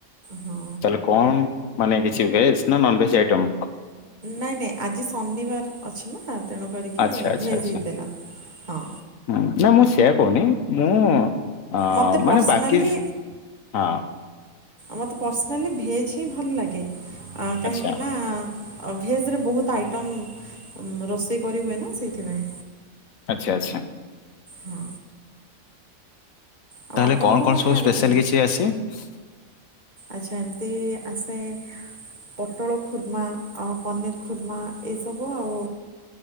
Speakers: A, on the right (about 35°); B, on the left (about 70°).
A: ହଁ
B: ତାହାଲେ କମ ମାନେ କିଛି ଭେଜ୍ ନା ନନ ଭେଜ୍ ଆଇଟମ୍
A: ନାଇଁ ନାଇଁ ଆଜି ଶନିବାର ଅଛି ନା ତେଣୁ କରିକି
B: ଆଚ୍ଛା ଆଚ୍ଛା
A: ଭେଜ୍
B: ଆଚ୍ଛା
A: ହେଇଥିଲା ହଁ
B: ହ ନା ମୁଁ ସେ କହୁନି ମୁଁ ଅ
A: ମୋତେ
B: ମାନେ
A: ପର୍ସନାଲି
B: ବାକି ହଁ।
A: ମତେ ପର୍ସନାଲି ଭେଜ ହଁ ଭଲ ଲାଗେ। ଆଁ କାହିଁକି
B: ଆଚ୍ଛା,
A: ନା ଭେଜରେ ବହୁତ ଆଇଟମ। ରୋଷେଇ କରି ହୁଏ ନା ସେଇଥିପାଇଁ।
B: ଆଚ୍ଛା। ଆଚ୍ଛା।
A: ହଁ। ଆଉ
B: ତାହେଲେ
A: ଆପଣଙ୍କୁ
B: କଣ କଣ ସବୁ
A: ଖାଇବାକୁ
B: ସ୍ପେଶାଲ
A: ଭଲ
B: କିଛି ଆସିନି?
A: ଆଚ୍ଛା ଏମିତି ଆସେ ପୋଟଳ ଖୁର୍ମା ଆଉ ପନିର ଖୁର୍ମା ଏସବୁ ଆଉ